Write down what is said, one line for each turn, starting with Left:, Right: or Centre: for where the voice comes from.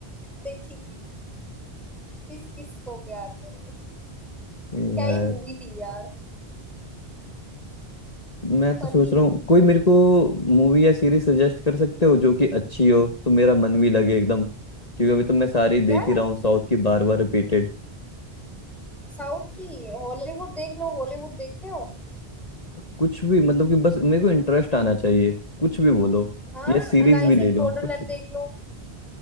Centre: देखी थी किस किस को प्यार करूं
Left: यार
Centre: क्या ही मूवी थी यार
Left: मैं तो
Centre: Funny
Left: सोच रहा
Centre: movie
Left: हूँ कोई मेरे को मूवी या सीरीज सजेस्ट कर सकते हो जो कि अच्छी हो तो मेरा मन भी लगे एकदम क्योंकि अभी तो मैं सारी देख
Centre: यार
Left: ही रहा हूँ साउथ की बार बार रिपीटेड
Centre: साउथ की हॉलीवुड देख लो हॉलीवुड देखते हो
Left: कुछ भी मतलब कि बस मेरे को इंटरेस्ट आना चाहिए कुछ भी बोलो
Centre: हाँ
Left: या सीरीज
Centre: अलाइस
Left: भी ले
Centre: इन
Left: लो
Centre: बॉर्डरलैंड
Left: कुछ भी।
Centre: देख लो